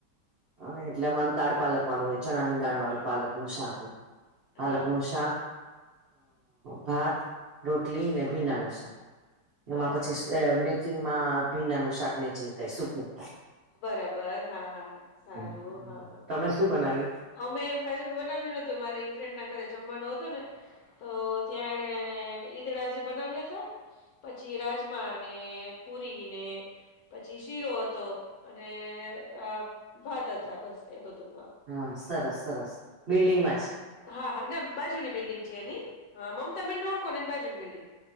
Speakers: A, on the right; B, on the left.
A: હા એટલે અમારું દાળ પાલક વાળું હોય ચણા ની દાળ વાળું
B: હા
A: પાલક નું શાક હોય પાલક
B: હા
A: નું
B: હા
A: શાક ભાત રોટલી ને ભીડા નું શાક એમાં
B: અચ્છા
A: પછી
B: સર
A: મેચિંગમાં ભીનાનું શાક મેચિંગ થાય ગયું
B: બરાબર હા હા. સારું
A: હ
B: હા હા.
A: તમે શું બનાવ્યું?
B: અમે આજે બનાવ્યું ન હતું મારી ફ્રેન્ડ ના ઘરે જમવાનું હતું ને તો ત્યાણે ઈદડા બનાવ્યા હતા. પછી રાજમાને પુરીને પછી શીરો હતો અને આ ભાત હતા બસ એ બધું
A: હા સરસ સરસ બિલ્ડિંગમાં
B: હા
A: જ
B: હા હા ના બાજુની બિલ્ડિંગ છે એની હા મમતા બેનને ઓળખો ને એ બાજુની બિલ્ડિંગ